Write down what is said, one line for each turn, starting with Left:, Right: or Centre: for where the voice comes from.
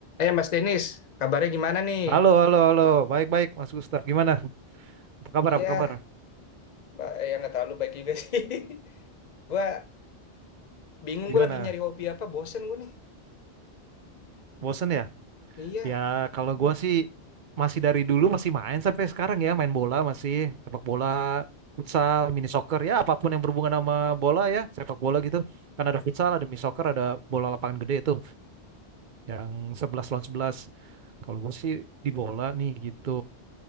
Left: Eh Mas Denis, kabarnya gimana nih?
Right: Halo, halo, halo. Baik, baik, Mas Gustaf. Gimana? Apa kabar?
Left: Iya,
Right: Apa kabar?
Left: ba- ya nggak terlalu baik juga sih. <laughs> Gua bingung
Right: Gimana?
Left: gue lagi nyari hobi apa, bosen gue nih.
Right: Bosen ya?
Left: Iya,
Right: Ya, kalau
Left: Hmm.
Right: gua sih masih dari dulu masih main sampai sekarang ya, main bola masih sepak bola, futsal, mini soccer ya, apapun yang berhubungan sama bola ya, sepak bola gitu. Kan ada futsal, ada mini soccer, ada bola lapangan gede itu yang 11 lawan 11. Kalau gua sih di bola nih gitu.